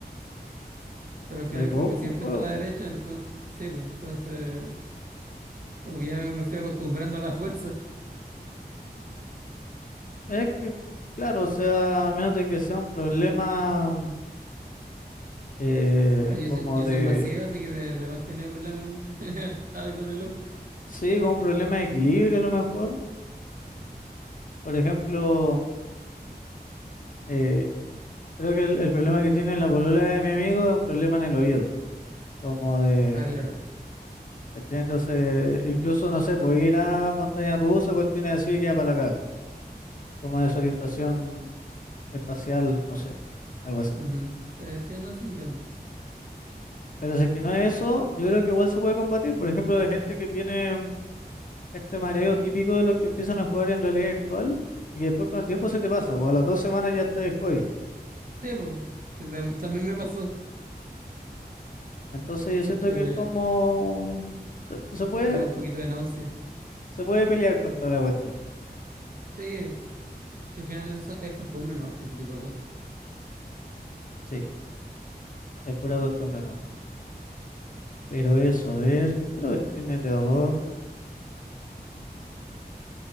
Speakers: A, on the right; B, on the left.
A: Pero al final
B: Re poco
A: como que siempre
B: juego.
A: está a la derecha, entonces... Sí, pues, entonces... Como que ya me fui acostumbrando a la <laughs> fuerza.
B: Es que, claro, o sea, a menos de que sea un problema eh,
A: Ah, yo
B: como
A: soy, yo
B: de.
A: soy más ciega, así que de- además tenía problemas al- <laughs> algo en el ojo.
B: Sí, como un problema de equilibrio a lo mejor. Por ejemplo, eh, creo que el, el problema que tiene la polola de mi amigo es un problema en el oído. Como de.
A: Ah, claro.
B: ¿cachai? Entonces, incluso, no sé, puede ir a montaña rusa, cuestiones así, queda para la caga. Como desorientación espacial, no sé, algo así.
A: Ujú. Sí, sí, no, se entiende.
B: Pero si es que no es eso, yo creo que igual se puede combatir. Por ejemplo, la gente que tiene mm, este mareo típico de los que empiezan a jugar en realidad virtual y que después con el tiempo se te pasa, o a las dos semanas ya estás de joya.
A: Sí, pues. Sí, tam- también me pasó
B: Entonces yo siento
A: que
B: que es como... Se, se puede,
A: Me da un poquito de náusea.
B: se puede pelear contra la cuestión.
A: Sí, que al final eso son- es costumbre, ¿no? Pues Ese tipo de cosas.
B: Sí, es pura costumbre no. Pero eso, a ver, ¿qué otra cuestión de terror? Mm,